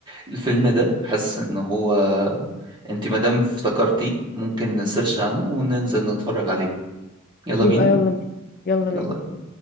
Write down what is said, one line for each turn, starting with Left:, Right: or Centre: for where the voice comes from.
Right: الفيلم ده حاسس ان هو انت ما دام افتكرتيه ممكن نسيرش عنه وننزل نتفرج عليه يلا
Left: يبقى
Right: بينا
Left: يلا بينا يلا
Right: يلا
Left: بينا